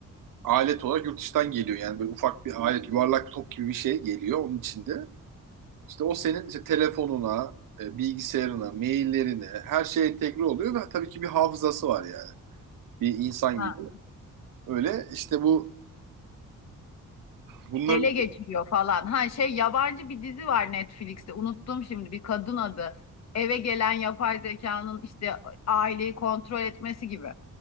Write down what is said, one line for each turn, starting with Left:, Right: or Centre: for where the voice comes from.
Right: alet olarak yurt dışından geliyor. Yani böyle ufak bir alet yuvarlak bir top gibi bir şey geliyor onun içinde. İşte o senin işte telefonuna, e, bilgisayarına, maillerine her şey entegre oluyor ve tabii ki bir hafızası var yani. Bir insan
Left: Ha.
Right: gibi. Öyle işte bu bunların
Left: Ele geçiriyor falan. Ha şey yabancı bir dizi var Netflix'te. Unuttum şimdi bir kadın adı. Eve gelen yapay zekanın işte aileyi kontrol etmesi gibi.